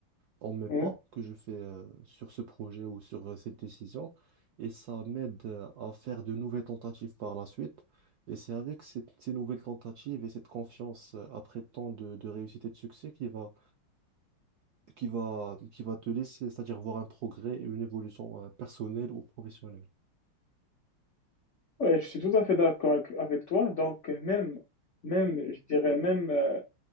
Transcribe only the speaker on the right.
en mes pas
que je fais euh, sur ce projet ou sur euh, cette décision. Et ça m'aide euh, à faire de nouvelles tentatives par la suite. Et c'est avec cette- ces nouvelles tentatives et cette confiance euh, après tant de, de réussite et de succès qui va, qui va, qui va te laisser, c'est-à-dire voir un progrès et une évolution euh, personnelle ou professionnelle.